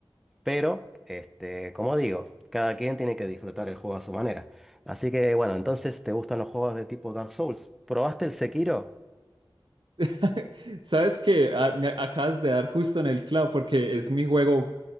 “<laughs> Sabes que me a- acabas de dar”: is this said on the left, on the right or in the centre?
Right